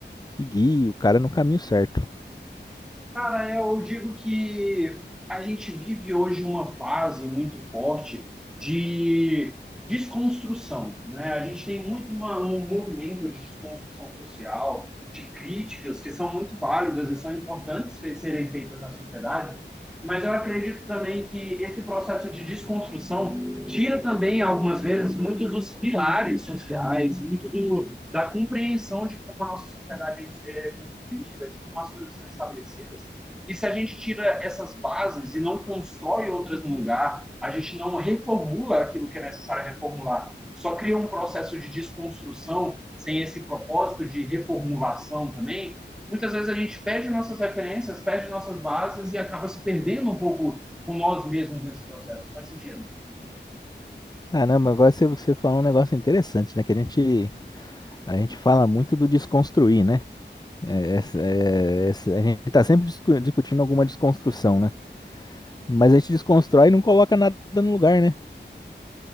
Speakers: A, on the left; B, in the centre.
A: que guie o cara no caminho certo.
B: Cara, eu digo que a gente vive hoje uma fase muito forte de desconstrução, né? A gente tem muito uma- um movimento de desconstrução social, de críticas que são muito válidas e são importantes fe- serem feitas na sociedade, mas eu acredito também que esse processo de desconstrução tira também, algumas vezes, muitos dos pilares sociais, muito do, da compreensão de como a nossa sociedade é é construída, de como as coisas são estabelecidas. E se a gente tira essas bases e não constrói outras no lugar, a gente não reformula aquilo que é necessário reformular, só cria um processo de desconstrução sem esse propósito de reformulação também, muitas vezes a gente perde nossas referências, perde nossas bases e acaba se perdendo um pouco com nós mesmos nesse processo. Faz sentido?
A: Caramba, agora você, você falou um negócio interessante, né? Que a gente, a gente fala muito do desconstruir, né? É, essa- é, essa- a gente tá sempre discu- discutindo alguma desconstrução, né? Mas a gente desconstrói e não coloca nada no lugar, né?